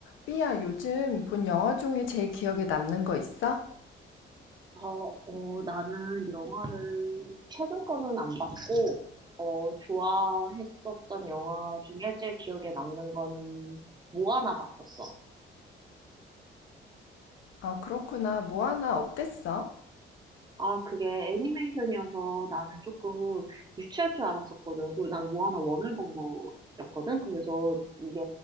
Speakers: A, on the left; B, on the right.
A: 삐야, 요즘 본 영화 중에 제일 기억에 남는 거 있어?
B: 어, 어, 나는 영화를 최근 거는 안 봤고, 어, 좋아했었던 영화 중에 제일 기억에 남는 거는 모아나 봤었어.
A: 아, 그렇구나. 모아나 어땠어?
B: 아, 그게 애니메이션이어서 나는 조금 유치할 줄 알았었거든. 그리고 난 모아나 원을 본 거였거든. 그래서 이게